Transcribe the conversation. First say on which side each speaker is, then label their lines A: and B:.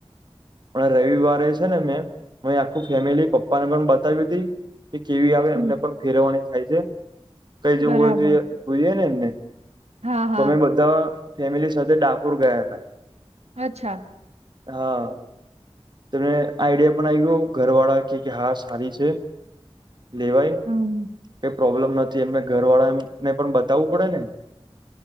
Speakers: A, on the right (about 45°); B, on the right (about 85°).
A: પણ રવિવારે છે ને મેં, મેં આખું ફેમિલી પપ્પાને પણ બતાવી તી. એ કેવી આવે
B: હમ,
A: એમને પણ ફેરવવાની થાય છે કઈ જેવું
B: બરાબર
A: હોય તો એ જોઈએ ને એમને!
B: હા હા
A: તોમે બધા ફેમિલી સાથે ડાકોર ગયા હતા.
B: અચ્છા.
A: હા, તમને આઈડિયા પણ આવી ગઓ ઘર વાળા કે કે હા સારી છે લેવાય
B: હમ,
A: કઈ પ્રોબ્લમ નથી. હજી એમને એમને ઘર વાળાને પણ બતાવવું પડે ને.